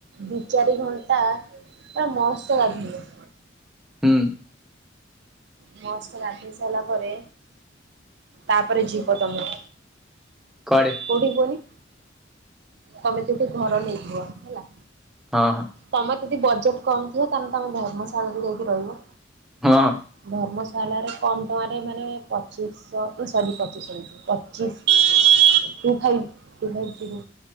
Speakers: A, on the right (about 60°); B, in the centre.
A: ଦି ଚାରି ଘଣ୍ଟା ପୁରା ମସ୍ତ୍ ଗାଧେଇବ।
B: ହୁଁ।
A: ମସ୍ତ ଗାଧେଇ ସାରିଲା ପରେ ତାପରେ ଯିବ ତମେ
B: କୁଆଡେ
A: କୋଉଠିକି କୁହନି? ତମେ ଯୋଉଠି ଘର ନେଇଥିବ ହେଲା
B: ହଁ ହଁ
A: ତମର ଯଦି ବଜେଟ୍ କମ୍ ଥିବ ତାହେଲେ ତମେ ଧର୍ମଶାଳାରେ ଯାଇକି ରହିବ।
B: ହଁ
A: ଧର୍ମଶା ଶାଳାରେ କମ୍ ଟଙ୍କାରେ ମାନେ ପଚିଶହ ସରି ପଚିଶହ କହୁଛି ପଚିଶ two five two five zero